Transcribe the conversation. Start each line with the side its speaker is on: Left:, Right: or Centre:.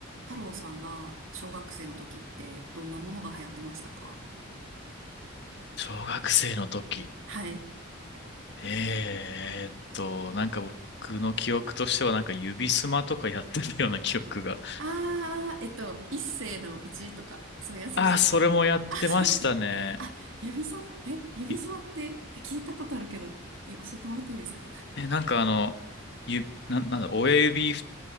Right: 太郎さんが小学生の時ってどんなものが流行ってましたか
Left: 小学生の時。
Right: はい。
Left: えーっと、なんか僕の記憶としてはなんか指スマとかやってるような記憶が。
Right: あー、えっと、一世の一とか、そういうやつでしたっけあ、
Left: ああ、それもやってましたね。
Right: それ。あ、指さま、え、指すまってえ聞いたことあるけど、
Left: い
Right: え、教えてもらっていいですか
Left: え、なんかあの、ゆ、な、なんだ、親指ふ